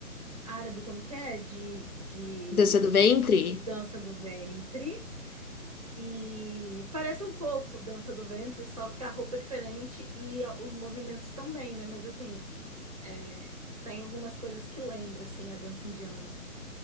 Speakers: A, on the right; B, on the left.
A: árabe, como que é? De, de
B: Dança do ventre?
A: Dança do Ventre. E parece um pouco Dança do Ventre, só que a roupa é diferente e a- os movimentos também, né? Mas assim, é, tem algumas coisas que lembra, assim, a dança indiana.